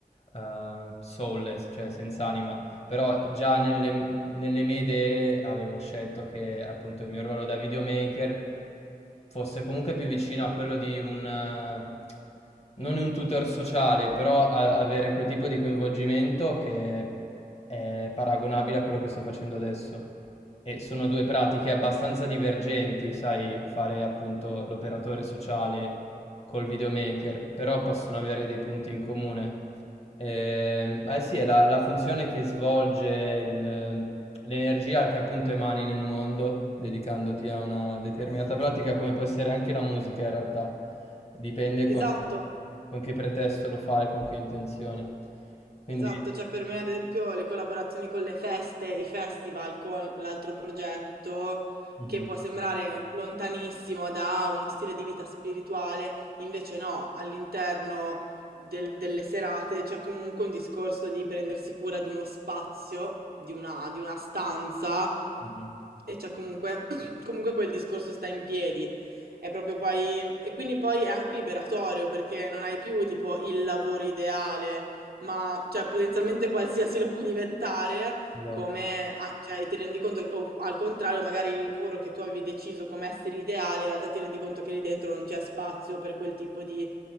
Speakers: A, on the left; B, on the right.
A: eh, soulless, cioè senza anima però già nelle, nelle mie idee avevo scelto che appunto il mio ruolo da videomaker fosse comunque più vicino a quello di un, eh, non un tutor sociale, però a- avere quel tipo di coinvolgimento che è paragonabile a quello che sto facendo adesso. E sono due pratiche abbastanza divergenti, sai, fare appunto l'operatore sociale col videomaker, però possono avere dei punti in comune. Ehm, eh sì, è la, la funzione che svolge il- ehm, l'energia che appunto emani nel mondo, dedicandoti a una determinata pratica, come può essere anche la musica in realtà. Dipende
B: Esatto.
A: con, con che pretesto lo fai, con che intenzioni. Quindi,
B: Esatto, cioè per me ad esempio le collaborazioni con le feste, i festival con l'altro progetto
A: mhm,
B: che può sembrare lontanissimo da uno stile di vita spirituale, invece no, all'interno del- delle serate c'è comunque un discorso di prendersi cura di uno spazio, di una, di una stanza
A: mhm,
B: e c'è comunque, <clears throat> comunque quel discorso sta in piedi. È proprio poi, e quindi poi è anche liberatorio perché non hai più tipo il lavoro ideale ma cioè, potenzialmente qualsiasi lo può diventare,
A: esatto,
B: come a- cioè, ti rendi conto, che- o al contrario, magari il lavoro che tu avevi deciso come essere ideale, in realtà ti rendi conto che lì dentro non c'è spazio per quel tipo di